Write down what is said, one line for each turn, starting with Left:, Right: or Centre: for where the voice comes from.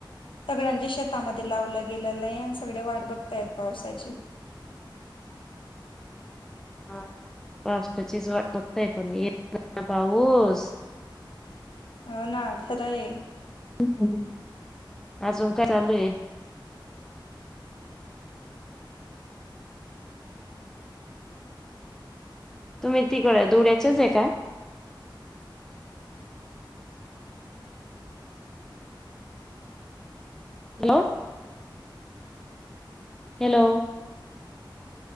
Left: सगळ्यांच्या शेतामध्ये लावलं गेलेलंय आणि सगळे वाट बघतायेत पावसाची.
Centre: हा. पावसाचीचं वाट बघतायेत पण <unintelligible> पाऊस
Left: हो ना खरंय
Centre: अजून काय अजून काय चालू ये. तुम्ही तिघ धुळ्याचे हाय का? हॅलो. हॅलो.